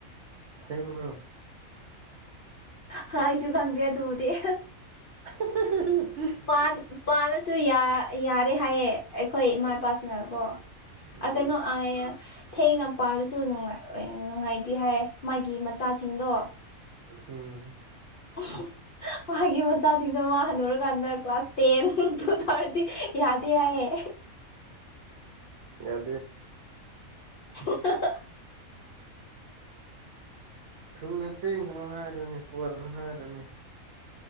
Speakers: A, on the right; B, on the left.
A: ꯁꯦꯡꯕ꯭ꯔꯣ
B: ꯍꯥ ꯑꯩꯁꯨ ꯈꯪꯗꯦ ꯗꯨꯕꯨꯗꯤ ꯍꯥ
A: ꯍꯥꯍꯥꯍꯥ ꯍꯥꯍꯥ
B: ꯄꯥꯜ ꯄꯥꯜꯂꯁꯨ ꯌ ꯌꯔꯦ ꯍꯥꯏꯌꯦ ꯑꯩꯈꯣꯏ ꯏꯃꯥ ꯏꯄꯥꯁꯤꯅꯀꯣ
A: ꯎꯝ
B: ꯀꯩꯅꯣ ꯑꯥ ꯊꯦꯡꯅ ꯄꯥꯜꯂꯁꯨꯅꯨꯡꯉꯥꯏ ꯅꯨꯡꯉꯥꯏꯇꯦ ꯍꯥꯏ ꯃꯥꯒꯤ ꯃꯆꯥꯁꯤꯡꯗꯣ
A: ꯎꯝ
B: ꯍꯥ ꯍꯥ ꯃꯥꯒꯤ ꯃꯆꯥꯁꯤꯡꯗꯣ ꯃꯥ ꯍꯜꯟꯅꯨꯔꯀꯥꯟꯗ ꯀ꯭ꯂꯥꯁ ꯇꯦꯟ ꯗꯨ ꯇꯧꯔꯗꯤ ꯌꯥꯗꯦ ꯍꯥꯏꯌꯦ
A: ꯌꯥ
B: ꯍꯍꯍ
A: ꯊꯨꯅ ꯆꯦꯟꯒꯅꯨ ꯍꯥꯏꯔꯅꯦ ꯄꯨꯔꯛꯒꯅ ꯍꯥꯏꯔꯅꯦ